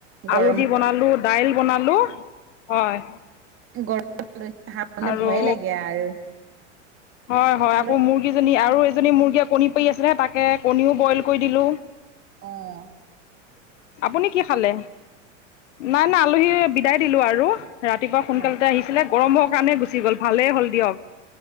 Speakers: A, on the right; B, on the left.
A: গৰম
B: আলু দি বনালো দাইল বনালো হয়।
A: গৰম
B: আৰু
A: <inaudible> ভয়ে লাগে আৰু।
B: হয় হয়
A: আল
B: আকৌ মো। ৰ্গীজনী আৰু এজনী মুৰ্গীয়ে কণী পাৰি আছে তাকে কণীও বইল কৰি দিলো।
A: অঁ।
B: আপুনি কি খালে নাই নাই আলহী বিদায় দিলো আৰু। ৰাতিপুৱা সোনকালতে
A: অ
B: আহিছিলে গৰম হোৱাৰ কাৰণে গুচি গল ভালেই হল দিয়ক।